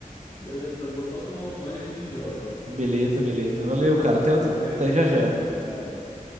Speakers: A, on the left; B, on the right.
A: beleza. Então vou só tomar um banho e a gente joga.
B: Beleza, beleza. Valeu, cara. Até, outro-
A: Valeu.
B: até já já.
A: Tchau, tchau.